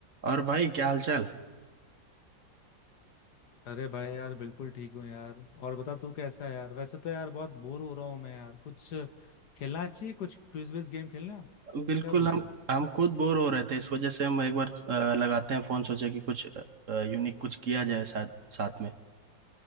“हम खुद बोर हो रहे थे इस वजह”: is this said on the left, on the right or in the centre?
Right